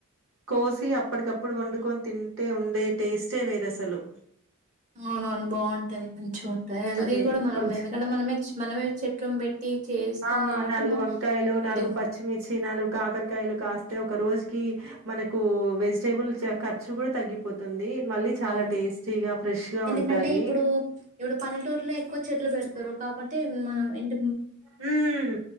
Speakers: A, on the right; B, on the right.
A: కోసి అప్పటికప్పుడు వండుకొని తింటే ఉండే టేస్టే వేర అసలు
B: అవున అవును బాగుంటది మంచిగా ఉంట హెల్దీ
A: అదే
B: కూడా
A: ఇప్పుడు
B: మనం
A: కొంచెం
B: ఎందుకంటే మనమే మనమే చెట్ం పెట్టి చేస్తాం
A: ఆ
B: కాబట్టి
A: నాలుగు
B: మన
A: వంకాయలు
B: హెల్దీగా
A: నాలుగు
B: ఉంటది
A: పచ్చిమిర్చి నాలుగు కాకరకాయలు కాస్త అ ఒక రోజుకి మనకు వెజిటేబుల్ ఖర్చు కూడా తగ్గిపోతుంది. మళ్ళీ చాలా
B: అవును
A: టేస్టీగా ఫ్రెష్ గా
B: ఎందుకంటే
A: ఉంటాయి.
B: ఇప్పుడు ఇప్పుడు పల్లెటూరులో ఎక్కువ చెట్లు పెడతారు కాబట్టి అతే మనం ఎంత
A: హ్మ్